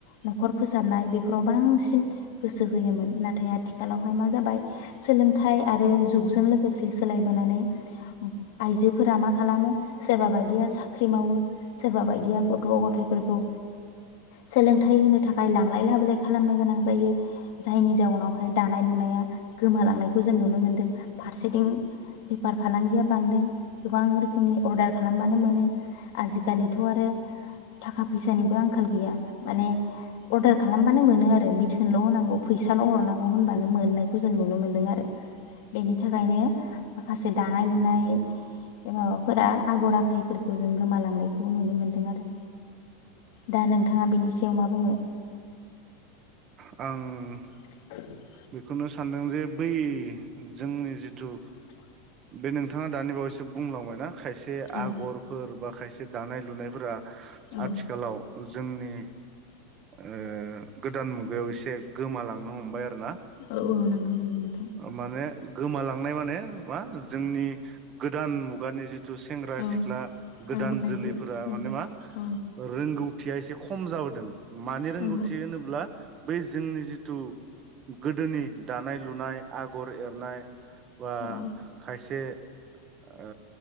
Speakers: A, on the left; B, on the right.
A: न'खर फोसाबनाय बेफोराव बांसिन गोसो होयोमोन नाथाय नाथाय आथिखालावहाय मा जाबाय सोलोंथाइ आरो जुगजों लोगोसे सोलायबोनानै आइजोफोरा मा खालामो सोरबा बायदिया साख्रि मावो सोरबा बायदिया गथ' गथायफोरखौ सोलोंथाइ होनो थाखाय लांलाय लाबोलाय खालामनो गोनां जायो जायनि जाउनाव माय दानाय लुनाया गोमालांनायखौ जों नुनो मोनदों फारसेथिं बेफार फालांगिया बांदों गोबां रोखोमनि अर्डार खालामबानो मोनो आजिखालिथ' आरो थाखा फैसानिबो आंखाल गैया माने अर्डार खालामबानो मोनो आरो बिथोनल' होनरनांगौ फैसाल' हरनांगौ। आब' होनबानो मोननायखौ जों नुनो मोनदों आरो बेनि थाखायनो माखासे दानाय लुनाय माबाफोरा आगर आखायफोरखौ जों गोमालांनायखौ नुनो मोनदों आरो दा नोंथाङा बेनि सायाव मा बुङो?
B: आं
A: <inaudible>
B: बेखौनो सानदों जे बै जोंनि जिथु बे नोंथाङा दानि बावैसो बुंलांबायना खायसे
A: औ
B: आगरफोर बा खायसे दानाय लुनायफोरा
A: औ
B: आथिखालाव जोंनि ओ गोदान मुगायाव एसे गोमालांनो हमबाय आरो ना
A: औ औ नंगौ नंगौ
B: माने गोमालांनाय माने मा जोंनि गोदान मुगानि जि सेंग्रा
A: औ
B: सिख्ला गोदान
A: औ आइजो
B: जोलैफोरा
A: औ
B: माने मा
A: औ
B: रोंगौ थिया एसे खम जाबोदों। माने रोंगौथि
A: औ
B: होनोब्ला बै जोंनि जिथु गोदोनि दानाय लुनाय आगर एरनाय बा
A: औ
B: खायसे ओ